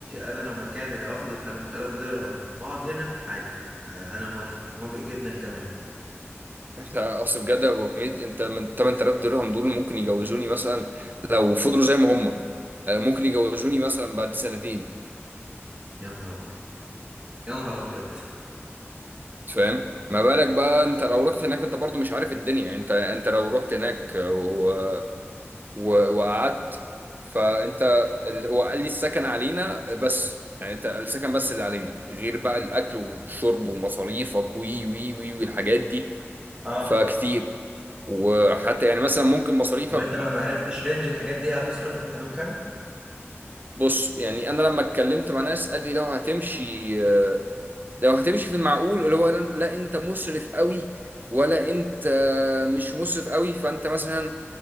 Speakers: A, on the right; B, on the right.
A: انا لو مكاني لو اخد ال 8000 درهم واقعد هنا عادي آه، انا موافق موافق جدا كمان
B: يعني اصل بجد يا ابو حميد انت من 8000 درهم دول ممكن يجوزوني مثلا لو فضلوا زي ما هم آه، ممكن يجوزوني مثلا بعد سنتين
A: يا نهار ابيض يا نهار ابيض
B: فاهم ما بالك بقى انت لو رحت هناك انت برضو مش عارف الدنيا انت انت لو رحت هناك و... و... وقعدت فانت ال- هو قال لي السكن علينا بس يعني انت السكن بس اللي علينا غير بقى الاكل والشرب ومصاريفك وي وي وي والحاجات دي
A: اه
B: فكتير وحتى يعني مثلا ممكن مصاريفك
A: طب انت ما معرفتش رينج الحاجات دي هتصرفه في حدود كام؟
B: بص يعني انا لما اتكلمت مع ناس قال لي لو هتمشي آه، لو هتمشي في المعقول اللي هو لا انت مسرف قوي ولا انت مش مسرف قوي فانت مثلا